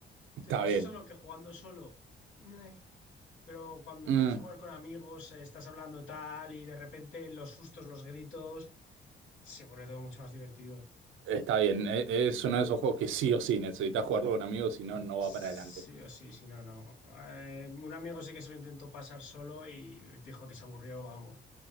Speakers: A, on the left; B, on the right.
A: Entonces,
B: está
A: eso
B: bien.
A: es algo que jugando solo, meh, Pero cuando
B: Mm.
A: empiezas a jugar con amigos, eh, estás hablando tal y de repente los sustos, los gritos, se vuelve todo mucho más divertido.
B: Está bien, e- es uno de esos juegos que sí o sí necesitas jugarlo con amigos, si no, no
A: Sí
B: va para adelante.
A: o sí, si no, no. Eh, un amigo sí que se lo intentó pasar solo y dijo que se aburrió, vamos,